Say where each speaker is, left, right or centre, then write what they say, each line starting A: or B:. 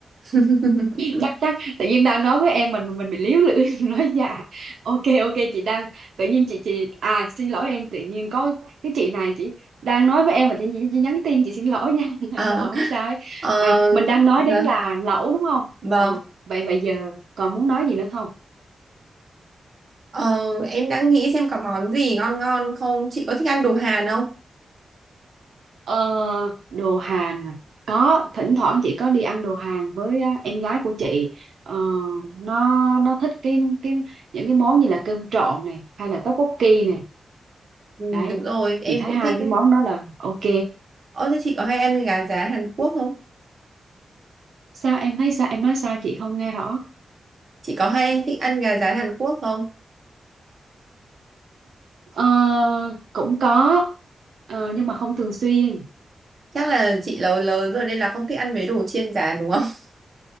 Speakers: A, on the right; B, on the right.
A: <laughs>
B: chắc chắc tự nhiên đang nói với em mình mình bị líu lưỡi <laughs> nói dạ ok ok chị đang tự nhiên chị chị à xin lỗi em tự nhiên có cái chị này chị đang nói với em mà tự nhiên chị, chị nhắn tin chị xin lỗi nha <laughs>
A: Ờ,
B: rồi không sao ấy
A: ờ,
B: à mình đang nói
A: dạ,
B: đến là lẩu đúng không
A: vâng
B: ừ vậy vậy giờ còn muốn nói gì nữa không
A: Ờ, em đang nghĩ xem có món gì ngon ngon không chị có thích ăn đồ Hàn không
B: Ờ, đồ Hàn à? có thỉnh thoảng chị có đi ăn đồ Hàn với á, em gái của chị Ờ, nó nó thích cái cái những cái món như là cơm trộn này hay là tteokbokki này
A: ừ,
B: đấy
A: đúng rồi em
B: chị thấy
A: cũng
B: hai
A: thích
B: cái món đó là ok
A: Ơ thế chị có hay ăn gà rán Hàn Quốc không
B: sao em thấy sao em nói sao chị không nghe rõ
A: chị có hay thích ăn gà rán Hàn Quốc không
B: Ờ, cũng có ờ, nhưng mà không thường xuyên
A: Chắc là chị lớn lớn rồi nên là không thích ăn mấy đồ chiên rán đúng không? <laughs>